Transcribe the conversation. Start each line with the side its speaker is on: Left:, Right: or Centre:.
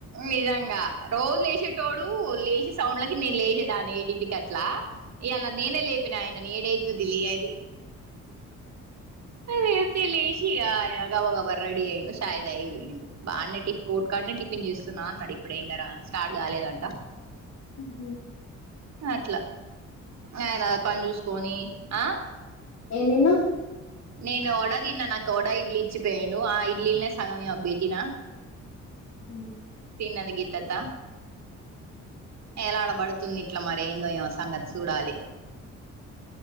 Right: నిజంగా రోజు లేసేటోడు లేచే సౌండ్లకి నేను లేసేదాన్ని ఏడింటికట్లా ఇయ్యాల నేనే లేపిన ఆయనని ఏడైతుందిలే లే అని అదే సి లేశి ఇగా గబగబా రెడీ అయ్యిండు శాయ్ దాగి వొయిండు బాన్నె టి కోట్కాడనే టిఫిన్ చూస్తున్నా అన్నడు ఇప్పుడే ఇంకరా స్టార్ట్ కాలేదంట
Left: ఉహు
Right: అట్ల ఆయన పని జూసుకొని ఆ
Left: ఏందిన్నావ్
Right: నేను ఓడ దిన్నా నాకు ఒడా ఇడ్లీ ఇచ్చిపోయిండు ఆ ఇడ్లీనే సగం ఈమెక్ బెట్టిన
Left: ఊ
Right: తిన్నది గీత్తత్త ఎలా ఆడబడుతుంది ఇట్ల మరి ఏందో ఏమో సంగత్ చూడాలి